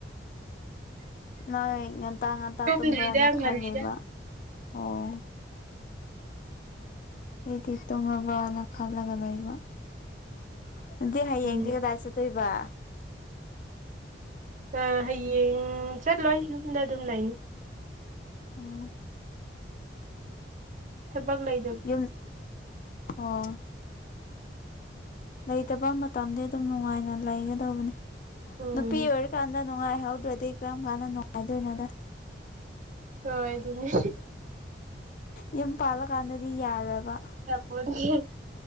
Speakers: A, on the left (about 50°); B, on the right (about 45°).
A: ꯅꯣꯏ ꯉꯟꯇꯥ ꯉꯟꯇꯥ
B: ꯇꯨꯝꯗ꯭ꯔꯤꯗ
A: ꯇꯨꯝꯕ꯭ꯔꯅ ꯈꯜꯂꯤꯕ
B: ꯉꯜꯂꯤꯗ
A: ꯑꯣ ꯑꯩꯗꯤ ꯇꯣꯡꯉꯕꯅ ꯈꯜꯂꯒ ꯂꯩꯕ ꯑꯗꯨꯗꯤ ꯍꯌꯦꯡꯗꯤ
B: ꯎꯝ
A: ꯀꯗꯥꯏ ꯆꯠ ꯇꯣꯏꯕ
B: ꯑ ꯍꯌꯦꯡ ꯆꯠꯂꯣꯏ ꯌꯨꯝꯗ ꯑꯗꯨꯝ ꯂꯩꯅꯤ
A: ꯎꯝ
B: ꯊꯕꯛ ꯂꯩ
A: ꯌꯨꯝ ꯑꫭ ꯂꯩꯇꯕ ꯃꯇꯝꯗꯤ ꯑꯗꯨꯝ ꯅꯨꯡꯉꯥꯏꯅ ꯂꯩꯒꯗꯧꯕꯅꯤ
B: ꯎꯝ
A: ꯅꯨꯄꯤ ꯑꯣꯏꯔꯤꯀꯥꯟꯗ ꯅꯨꯡꯉꯥꯏꯍꯧꯗ꯭ꯔꯗꯤ ꯀꯔꯝ ꯀꯥꯟꯗ ꯅꯨꯡꯉꯥꯏꯗꯣꯏꯅꯣꯗ
B: ꯍꯣꯏ ꯑꯗꯨꯅꯤ
A: ꯌꯨꯝ ꯄꯥꯜꯂꯀꯥꯟꯗꯗꯤ ꯌꯥꯔꯣꯏꯕ
B: ꯍꯣꯏ <unintelligible>